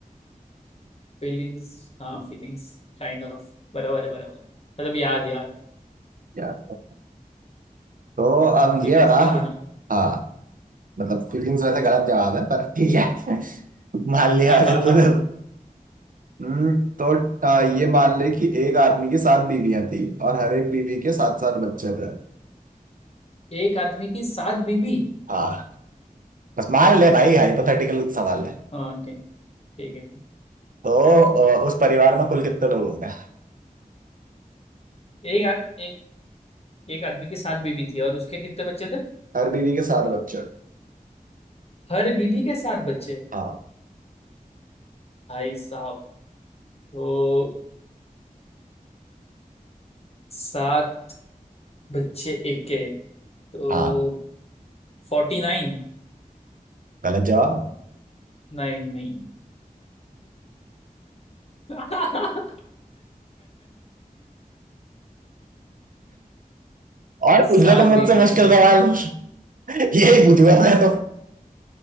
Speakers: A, on the left (about 45°); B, on the right (about 65°).
A: फीलिंग्स हाँ फीलिंग्स काइंड ऑफ बराबर है बराबर है मतलब याद याद
B: यार तो तो अब
A: फीलिंग्स
B: ये बता
A: वही है ना
B: हाँ मतलब फीलिंग्स वैसे गलत जवाब है पर ठीक है <laughs> मान लिया
A: <laughs>
B: अगर
A: हाँ
B: तूने
A: हाँ
B: हम्म, तो आ,
A: हाँ
B: ये मान ले कि एक आदमी की सात बीवियां थी और हर एक बीवी के सात सात बच्चे थे
A: एक आदमी की सात बीबी
B: हाँ बस मान
A: हाँ
B: ले भाई
A: ठीक
B: हाइपोथेटिकल
A: है
B: सवाल है
A: हाँ ठीक ठीक है ठीक
B: तो अ, उस परिवार में कुल कितने लोग होंगे
A: एक आ, एक एक आदमी की सात बीबी थी और उसके कितने बच्चे थे
B: हर बीवी के सात बच्चे
A: हर बीबी के सात बच्चे
B: हाँ
A: भाई साहब तो सात बच्चे एक के तो
B: हाँ
A: फोर्टी नाइन
B: गलत जवाब
A: नहीं नहीं <laughs>
B: और पूछ
A: सात
B: लो तो मुझसे
A: बीबी
B: मुश्किल
A: है ठीक
B: सवाल
A: है
B: <laughs> यही पूछूंगा मैं तो